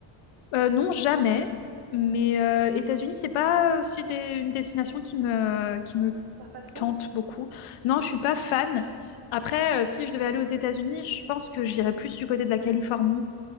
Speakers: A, on the left; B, on the right.
A: Euh, non, jamais. Mais euh, États-Unis, c'est pas aussi des- une destination qui me, qui me
B: Ça sert pas trop?
A: tente beaucoup. Non, je suis pas fan. Après, euh, si je devais aller aux États-Unis, je pense que j'irais plus du côté de la Californie